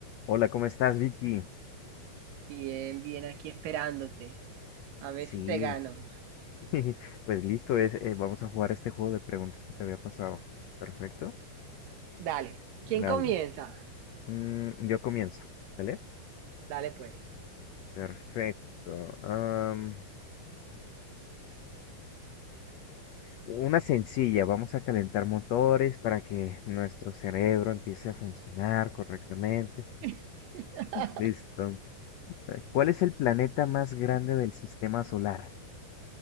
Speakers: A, on the left; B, on the right.
A: Hola, ¿cómo estás, Vicky?
B: Bien, bien, aquí esperándote. A ver
A: Sí,
B: si te gano.
A: <laughs> pues listo, es, eh, vamos a jugar este juego de preguntas que te había pasado. Perfecto.
B: Dale.
A: Dale.
B: ¿Quién comienza?
A: Mm, yo comienzo, ¿vale?
B: Dale, pues.
A: Perfecto. Am, una sencilla, vamos a calentar motores para que nuestro cerebro empiece a funcionar correctamente.
B: <laughs>
A: Listo. ¿Cuál es el planeta más grande del sistema solar?